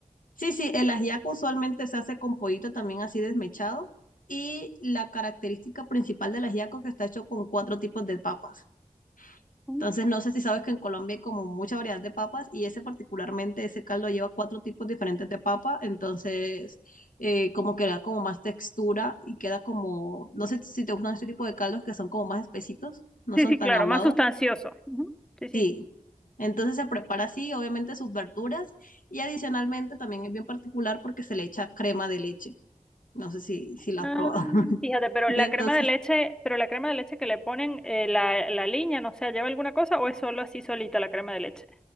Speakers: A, on the left; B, in the centre.
A: Sí, sí, el ajiaco usualmente se hace con pollito también así desmechado. Y la característica principal del ajiaco es que está hecho con cuatro tipos de papas.
B: Mm.
A: Entonces, no sé si sabes que en Colombia hay como mucha variedad de papas y ese particularmente, ese caldo lleva cuatro tipos diferentes de papa, entonces eh, como que da como más textura y queda como, no sé si te gustan este tipo de caldos que son como más espesitos, no
B: Sí,
A: son
B: sí, claro,
A: tan Sí. aguados.
B: más sustancioso. Ujú, Sí, sí.
A: Sí. Entonces se prepara así, obviamente sus verduras y adicionalmente también es bien particular porque se le echa crema de leche. No sé si, si la
B: Ah,
A: has probado. <laughs>
B: fíjate, pero
A: Entonces
B: la crema de leche, pero la crema de leche que le ponen, eh, la, la liña, no sé, ¿lleva alguna cosa o es solo así solita la crema de leche?